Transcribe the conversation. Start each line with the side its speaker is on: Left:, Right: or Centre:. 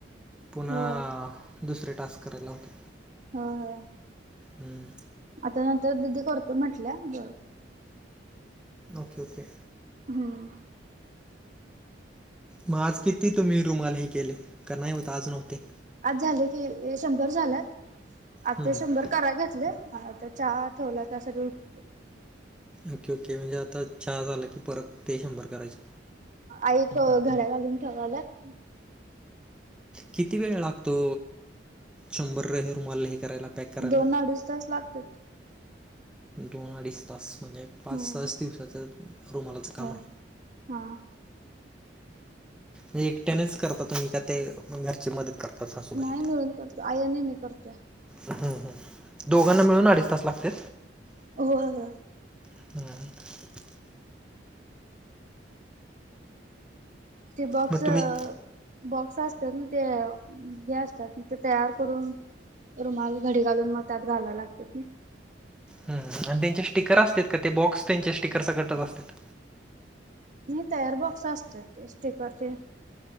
Centre: पुन्हा
Right: होय
Centre: दुसरे टास्क करायला होते
Right: होय होय
Centre: हम्म.
Right: आता नंतर दिदी करतो म्हटल्या बर.
Centre: Okay okay.
Right: हम्म
Centre: मग आज किती तुम्ही रुमालही केले का नाही होता आज नव्हते.
Right: आज झाले की शंभर झाल्यात आज
Centre: हम्म
Right: ते
Centre: हम्म
Right: शंभर करा घेतले. चहा ठेवला का सगळे उठले.
Centre: ओके ओके म्हणजे आता चहा झालं की परत ते शंभर करायचे.
Right: आई घड्या घालून ठेवालात.
Centre: किती वेळ लागतो शंभर तुम्हाला हे करायला पॅक करायला.
Right: दोन अडीच तास लागतात.
Centre: दोन अडीच तास म्हणजे पाच
Right: हम्म
Centre: तास दिवसाचं रुमालाचं काम
Right: हो
Centre: आहे
Right: हा
Centre: ह्जे एकट्यानेच करता तुम्ही का ते घरची मदत करता सासूबाई.
Right: नाही मिळून करत आई नेहमी करतेय
Centre: हम् हम दोघांना मिळून अडीच तास लागते
Right: हो हो
Centre: हम
Right: ते बॉक्स
Centre: मग तुम्ही
Right: बॉक्स असतात ना ते हे असतात ते तयार करून. रुमाल घडी घालून मग त्यात घालाला लागत मी.
Centre: आणि त्यांचे स्टिकर असतात का ते बॉक्स त्यांचे स्टिकर सकडतच असतात.
Right: नाही तयार बॉक्स असत ते स्टिकरचे.